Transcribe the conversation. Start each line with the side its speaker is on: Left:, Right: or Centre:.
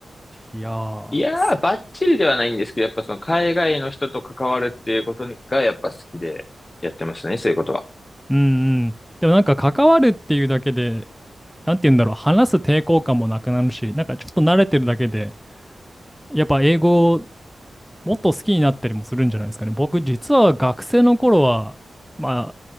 Centre: いやー、
Left: いやー、
Centre: す
Left: ばっちりではないんですけど、やっぱその海外の人と関わるっていうことにがやっぱ好きでやってましたね、そういうことは。
Centre: うんうん。でもなんか関わるっていうだけで、なんて言うんだろう、話す抵抗感もなくなるし、なんかちょっと慣れてるだけで、やっぱ英語をもっと好きになったりもするんじゃないですかね。僕実は学生の頃は、まあ、